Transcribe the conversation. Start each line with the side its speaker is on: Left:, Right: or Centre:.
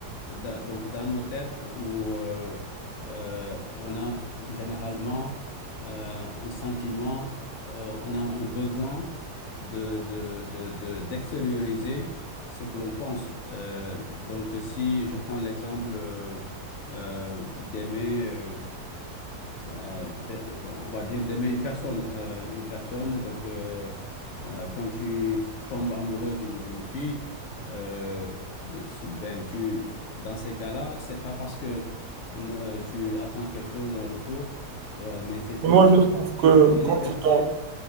Left: da- donc dans nos têtes où euh, euh, on a généralement euh, un sentiment, euh, on a un besoin de, de, de, de- d'extérioriser ce que l'on pense. Euh, donc, si je prends l'exemple. euh, euh, d'aimer, euh, euh, d'a- on va dire, d'aimer une personne. euh, une personne, donc, euh, euh, quand tu tombes amoureux d'une d'une fille, euh, ben, tu, dans ces cas-là, c'est pas parce que no, euh, tu attends quelque chose en retour, euh, mais c'est plus,
Right: Mais moi, je trouve
Left: tu
Right: que
Left: veux manifester.
Right: quand tu t'en...